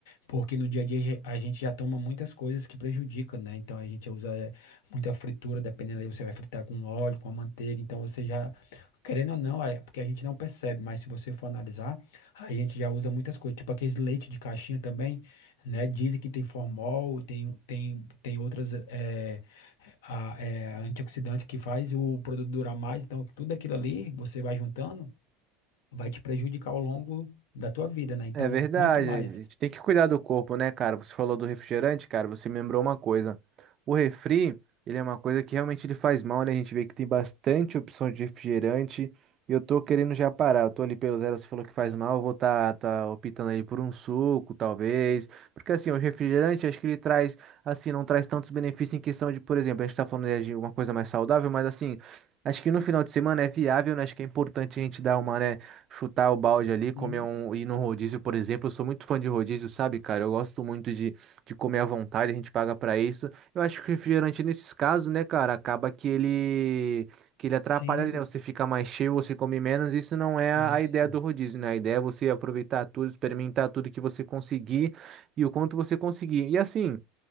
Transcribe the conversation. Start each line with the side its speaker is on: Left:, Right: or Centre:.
Left: porque no dia a dia a gente já toma muitas coisas que prejudicam, né? Então a gente usa eh, muita fritura, dependendo aí, você vai fritar com óleo, com a manteiga, então você já, querendo ou não, é porque a gente não percebe, mas se você for analisar, a gente já usa muitas coisas, tipo aqueles leite de caixinha também, né? Dizem que tem formol, tem, tem, tem outras eh, a- eh, antioxidantes que faz o produto durar mais, então tudo aquilo ali você vai juntando, vai te prejudicar ao longo da tua vida, né? Então,
Right: É verdade,
Left: o quanto mais.
Right: a gente tem que cuidar do corpo, né, cara? Você falou do refrigerante, cara, você me lembrou uma coisa. O refri, ele é uma coisa que realmente ele faz mal, né? A gente vê que tem bastante opção de refrigerante e eu tô querendo já parar. Eu tô ali pelo zero, você falou que faz mal, eu vou tá, tá optando aí por um suco, talvez. Porque assim, o refrigerante, acho que ele traz, assim, não traz tantos benefícios em questão de, por exemplo, a gente tá falando né, de uma coisa mais saudável, mas assim, acho que no final de semana é viável, né? Acho que é importante a gente dar uma, né? chutar o balde ali, comer
Left: Sim.
Right: um, ir num rodízio, por exemplo. Eu sou muito fã de rodízio, sabe, cara? Eu gosto muito de, de comer à vontade, a gente paga pra isso. Eu acho que o refrigerante, nesses casos, né, cara, acaba que ele, que ele atrapalha,
Left: Sim,
Right: né? Você fica mais cheio, você come menos. Isso não é a
Left: isso,
Right: a ideia do rodízio, né? A ideia é você aproveitar tudo, experimentar tudo que você conseguir e o quanto você conseguir. E assim.